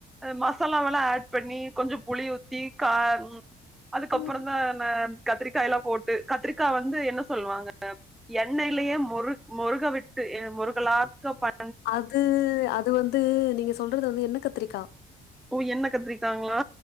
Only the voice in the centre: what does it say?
மசாலாவெல்லா ஹேட் பண்ணி கொஞ்சோ புளி ஊத்தி கார்னு அதுக்கப்புறோந்தா
நா கத்திரிக்காயெல்லா போட்டு கத்திரிக்கா வந்து என்ன சொல்வாங்க எண்ணெயிலயே மொரு மொருக விட்டு மொருகலாக்கபட்
ஓ எண்ணெ கத்திரிக்காங்ளா